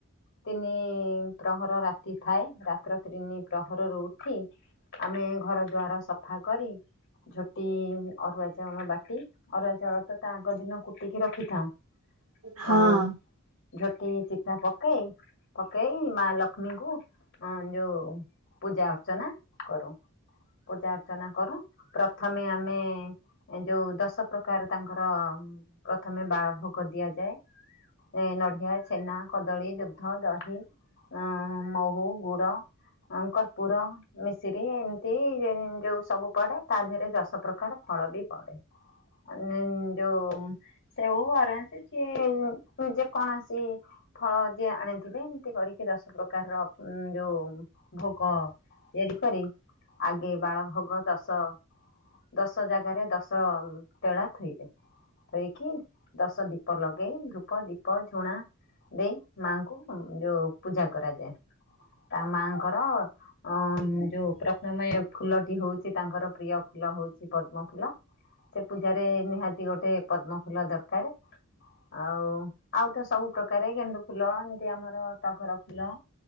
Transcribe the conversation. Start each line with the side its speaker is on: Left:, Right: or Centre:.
Left: ତିନି ପ୍ରହର ରାତି ଥାଏ ରା ପ୍ରତି ଦିନି ପ୍ରହରରୁ ଉଠି ଆମେ ଘର ଦ୍ୱାର ସଫା କରି। ଝୋଟି ଅରୁଆ ଚାଉଳ ବାଟି ଅରୁଆ ଚାଉଳତ ତାଆଗ ଦିନ କୁଟିକି ରଖିଥାଉ।
Right: ହଁ
Left: ଆଉ
Right: ହଁ।
Left: ଝୋଟି ଚିଠା ପକେଇ ପକେଇ ମାଲକ୍ଷ୍ ଲକ୍ଷ୍ମୀଙ୍କୁ ଅଁ ଯୋଉ ପୂଜା ଅର୍ଚ୍ଚନା କରୁ। ପୂଜା ଅର୍ଚ୍ଚନା କରୁ ପ୍ର ପ୍ରଥମେ ଆମେ ଯୋଉ ଦଶପ୍ରକାର ତାଙ୍କର ପ୍ରଥମେ ବାଳଭୋଗ ଦିଆ ଯାଏ। ଏ ନଡିଆ ଛେନା କଦଳୀ ଦୁଗଧ ଦହି ଅଁ ମହୁ ଗୁ <unintelligible> ଅଁ କର୍ପୁର ମିଶିରି ଏମିତି ଯୋଉ ସବୁ ପଡେ ତାଦେହରେ ଦଶ ପ୍ରକାର ଫଳ ବି ପଡେ। ମାନେ ଯୋଉ ସେଉ ଅରେଚ୍ ଯିଏ ଯେକୌଣସି ଫଳ ଯିଏ ଆଣିଥିବେ ଏମିତି କରିକି ଦଶପ୍ରକାରର ଯୋଉ ଭୋଗ ତିଆରିକରି ଆଗେ ବାଳଭୋଗ ଦଶ ଦଶଜାଗାରେ ଦଶ ଟେଳା ଥୋଇବେ। ହେଇକି ଦଶଦୀପ ଲଗେଇ ଧୂପ ଦୀପ ଝୁଣା ଦେଇ ମାଙ୍କୁ ଉଁ ଯୋଉ ପୂଜା କରାଯାଏ।
Right: ହଁ
Left: ତା ମାଙ୍କର ଅଁ ଯୋଉ ପ୍ରଥମେ ଫୁଲଟି ହଉଛି ତାଙ୍କର ପ୍ରିୟ ଫୁଲ ହଉଛି ହଉଛି ପଦ୍ମ ଫୁଲ ସେ ପୂଜାରେ ନିହାତି ଗୋଟେ ପଦ୍ମ ଫୁଲ ଦରକାର। ଆଉ ଆଉତ ସବୁପ୍ରକାରେ ଗେଣ୍ଡୁ ଫୁଲ ଏମିତି ଆମର ଟଘରା ଫୁଲ।